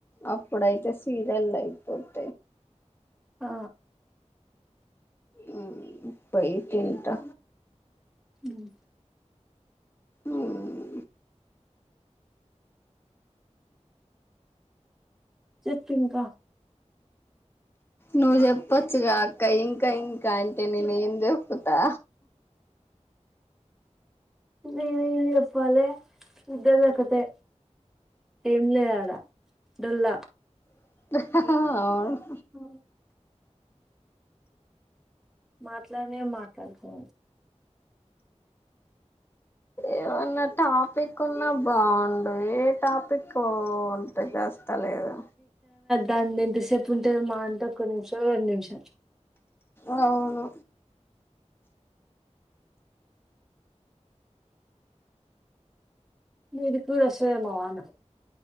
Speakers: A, on the left (about 20°); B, in the centre.
A: అబ్ ప్పుడైతే సీరియల్ అయిపోద్
B: ఆ
A: మ్మ్ పోయి తింటా
B: మ్మ్
A: మ్మ్
B: చెప్పింక
A: నువ్జెప్పచ్చగా ఇన్ ఇంకా ఇంకా అంటే నేను ఏం చెప్పుతా
B: నేనేం చెప్పాలె ఇద్దరిదొక్కటే ఏం లేదాడ డొల్లా
A: అవు
B: ఓ మాట్లాడినే మాట్లాడుకో
A: ఏమన్నా టాపిక్ ఉన్నా బాగుండు ఏ టాపిక్ ఉంట చస్త లేదు
B: దాన్ని ఇంతసేపు ఉంటే మా అంటే ఒక్క నిమిషం రెండు నిమిషాలు
A: అవును
B: ది కూడ సేమవాన